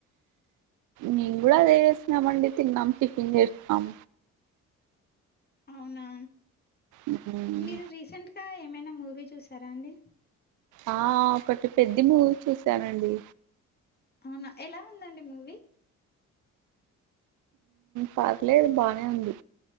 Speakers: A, on the right (about 80°); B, on the left (about 30°).
A: మేం గూడ అదే చేసినామండి తిన్నం, టిఫిన్ చేశినాం.
B: అవునా
A: మ్మ్.
B: మీరు రీసెంట్గా ఏమైనా ముూవీ చూసారా అండి?
A: ఆ ఒకటి పెద్ది మూవీ చూసానండి.
B: అవునా ఎలా ఉందండి మూవీ?
A: పర్లేదు బానే ఉంది.